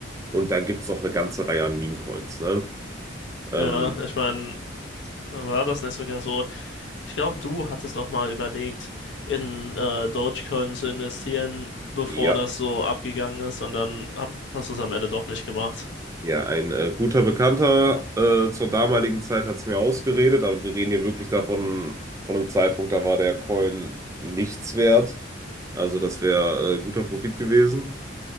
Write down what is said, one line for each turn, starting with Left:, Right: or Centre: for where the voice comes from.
Right: Und da gibt es noch eine ganze Reihe an Meme-Coins. Ne? Ähm,
Left: ja. Ich meine, war das nicht sogar so. Ich glaube, du hattest doch mal überlegt, in äh, Dogecoin zu investieren, bevor
Right: ja,
Left: das so abgegangen ist, und dann hab, hast du es am Ende doch nicht gemacht.
Right: ja, ein äh, guter Bekannter äh, zur damaligen Zeit hat es mir ausgeredet, aber wir reden hier wirklich davon, von einem Zeitpunkt, da war der Coin nichts wert. Also das wäre äh, guter Profit gewesen.